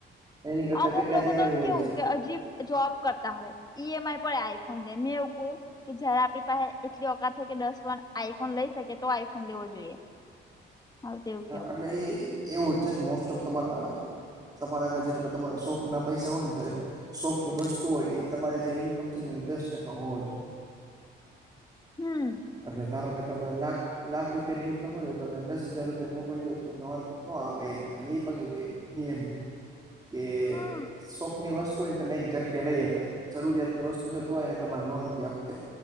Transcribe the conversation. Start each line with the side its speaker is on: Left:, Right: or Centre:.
Right: એની કરતા
Left: અમુક
Right: કેટલા
Left: લોકો
Right: દેવાય
Left: તો
Right: હોય
Left: કેવું
Right: છે
Left: કે હજીબ જોબ કરતા હોય, ઈ એમ આઈ પડે આઈફોન <unintelligible> મે એવું બવ કે જયારે આપણી એટલી ઓકાત હોય કે દસ વખત આઈફોન લઈ શકેએ તો આઈફોન લેવો જોઈએ. <inaudible>
Right: હા
Left: કેવું
Right: એટલે એ એવું છે, કે મોસ્ટ ઓફ તમારા તમારા આગર જેટલો તમારે શોખના પૈસા હોયને ત્યારે શોખની વસ્તુ હોયએ તમારે જે ઈન્કમ છે, એ દસ ટકા હોવું જોઈએ,
Left: હમ્મ
Right: એટલે ધારો કે તમે લાખ લાખ રૂપિયા ઇન્કમ હોય ને તો તમે દસ હજાર રૂપિયા મોકલજો તમને વાંધો ન આવે અને એ પાછું નિયમ છે,
Left: <inaudible>
Right: કે
Left: હમ
Right: શોકની વસ્તુ તમે એક જટ કે લઈ હકાઈ જરૂરિયાતની વસ્તુ છે તો તમારે લોન કે હપ્તે